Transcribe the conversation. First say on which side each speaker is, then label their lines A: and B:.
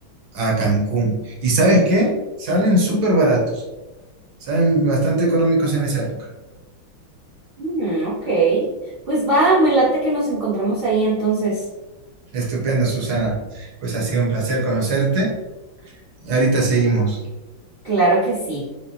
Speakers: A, on the right; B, on the right.
A: a Cancún. ¿Y sabes qué? Salen súper baratos. Salen bastante económicos en esa época.
B: Mm, ok. Pues va, me late que nos encontramos ahí entonces.
A: Estupendo, Susana. Pues ha sido un placer conocerte. Ahorita seguimos.
B: Claro que sí.